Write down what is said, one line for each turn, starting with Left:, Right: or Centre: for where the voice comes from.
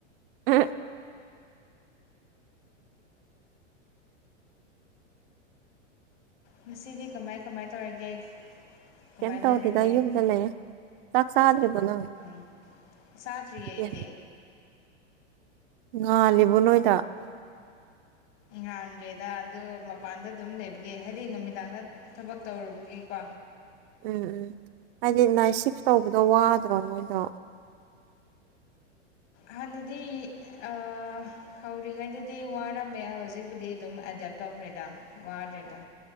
Right: ꯑ
Left: ꯉꯁꯤꯗꯤ ꯀꯃꯥꯏ ꯀꯃꯥꯏ ꯇꯧꯔꯒꯦ ꯀꯃꯥꯏꯅ
Right: ꯀꯝ ꯇ
Left: ꯂꯦꯜꯂꯒꯦ
Right: ꯍꯗꯗ ꯌꯨꯒꯗ ꯂꯩꯦ ꯆꯥꯛ ꯆꯗ꯭ꯔꯤꯕꯨꯣ ꯅꯪ
Left: ꯑꯪ ꯆꯥꯗ꯭ꯔꯤꯌꯦ ꯑꯩꯗꯤ
Right: ꯑꯦ ꯉꯥꯜꯂꯤꯕ ꯅꯣꯏꯗ
Left: ꯉꯥꯟꯗ꯭ꯔꯦꯗ ꯑꯗꯨꯗ ꯃꯄꯥꯟꯗ ꯑꯗꯨꯝ ꯂꯩꯕꯤꯒ ꯍꯥꯏꯗꯤ ꯅꯨꯃꯤꯗꯥꯡꯗ ꯊꯕꯛ ꯇꯧꯔꯨꯕꯒꯤꯀꯣ
Right: ꯎꯝ ꯎꯝ ꯍꯥꯏꯗꯤ ꯅꯥꯏꯠ ꯁꯤꯐ ꯇꯧꯕꯗꯣ ꯋꯥꯗ꯭ꯔꯣ ꯅꯣꯏꯗꯣ
Left: ꯍꯥꯟꯅꯗꯤ ꯑ ꯍꯧꯔꯤꯉꯩꯗꯗꯤ ꯋꯥꯔꯝꯃꯦ ꯍꯧꯖꯤꯛꯄꯨꯗꯤ ꯑꯗꯨꯝ ꯑꯦꯗꯥꯞ ꯇꯧꯈ꯭ꯔꯦꯗ ꯋꯥꯗ꯭ꯔꯦꯗ